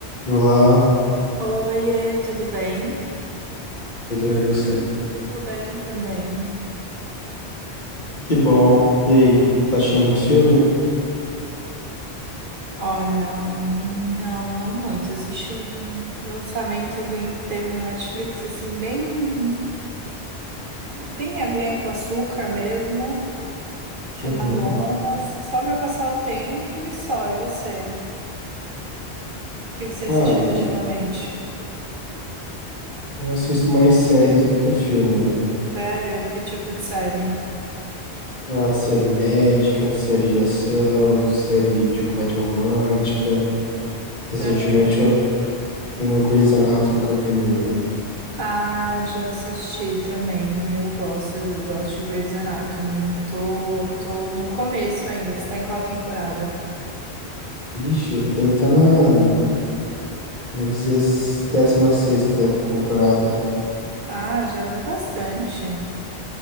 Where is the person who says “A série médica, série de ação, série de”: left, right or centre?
Left